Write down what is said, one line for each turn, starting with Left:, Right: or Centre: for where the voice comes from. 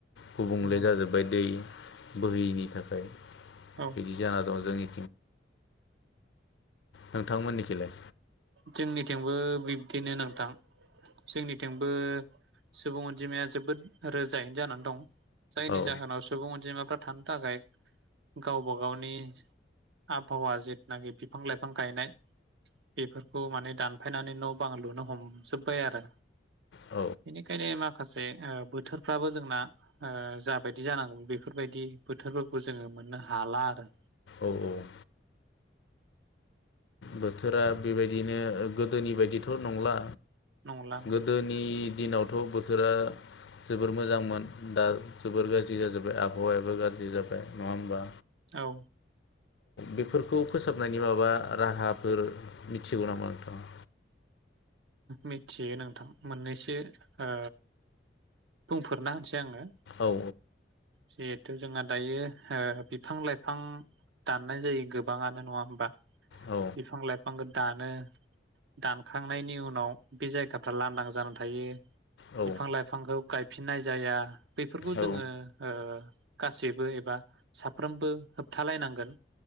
Left: गुबुंले
Right: औ
Left: जाजोब्बाय दै बोहैयैनि थाखाय।
Right: औ
Left: बिदि जाना दं जोंनि नोंथां मोननि खैलाय?
Right: जोंनिथिंबो बिब्दिनो नोंथां जोंनिथिंबो सुबुं अनजिमाया जोबोद रोजायैनो जानानै दं। जायनि
Left: औ
Right: जाहोनाव सुबुं अनजिमाफोर थानो थाखाय गावबा गावनि आबहावा जेथुनाखि बिफां लाइफां गायनाय। बेफोरखौ माने दानफायनानै न बां लुनो हमजोब्बाय आरो
Left: औ
Right: बेनिखायनो मा माखासे ओ बोथोरफ्राबो जोंना ओ जाबायदि जानांगौमोन बेफोरबायदि बोथोरफोरखौ जोङो मोननो हाला आरो
Left: औ बोथोरा बेबायदिनो ओ गोदोनि बायदिथ नंला।
Right: नंला नंला
Left: गोदोनि नावथ बोथोरा जोबोर मोजांमोन दा जोबोर गाज्रि जाजोब्बाय आबहावायाबो गाज्रि जाबाय नङा होमबा?
Right: औ।
Left: बेफोरखौ फोसाबनायनि माबा राहाब <unintelligible> मिथिगौ नाम नोंथाङा?
Right: मिथियो नोंथां मोननैसो ओ बुंफोरना होनसै आङो।
Left: औ।
Right: जिहेथु जोंहा दायो ओ बिफां लाइफां दाननाय जायो गोबाङानो नङा होमबा
Left: औ
Right: बिफां लाइफां गोद दानो दानखांनायनि उन उनाव बे जायगाफ्रा लांदां जाना थायो।
Left: औ
Right: बिफां लाइफांगौ गायफिननाय जाया। बैफोरखौ जोङो
Left: औ
Right: ओ गासैबो एबा साफ्रोमबो होबथालायनांगोन।